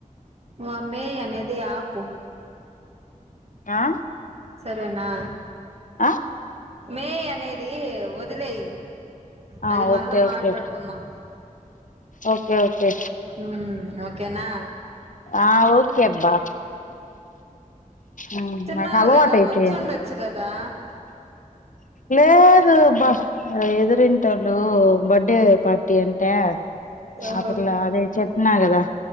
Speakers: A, on the right; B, on the left.
A: నో ఆ మ్మే అనేది ఆపు
B: ఆ
A: సరేనా
B: ఆ
A: మే అనేదీ వదిలేయ్
B: ఆ
A: అది మళ్ళా
B: ఓకే ఓకే
A: మాట్లాడుకుందాం
B: ఓకే ఓకే
A: ఊ ఒక్ కెనా
B: ఆ ఒకే అబ్బా ఉమ్
A: తిన్నాలి
B: నాకు అలవాటైపొయింది
A: కదా వచ్చుండొచ్చు కదా
B: లేదు బా ఎదురింటోళ్లు బర్డె పాట్ టి అంటే
A: ఓహో
B: ఆ పిల్లా అది చెప్పినా గదా